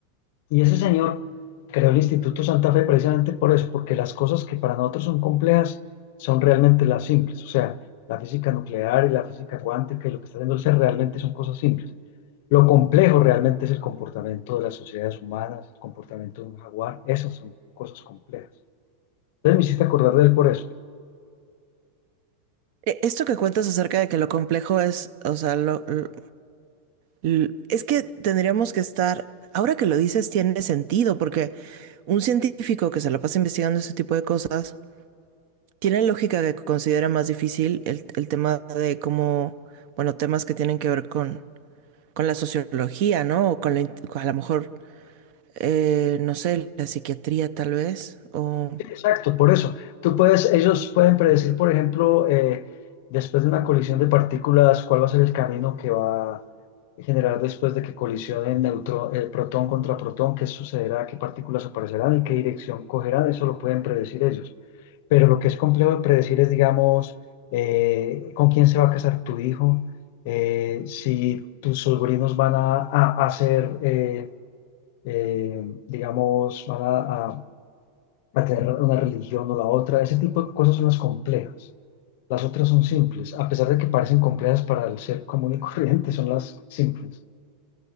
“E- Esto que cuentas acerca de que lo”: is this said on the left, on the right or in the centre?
Right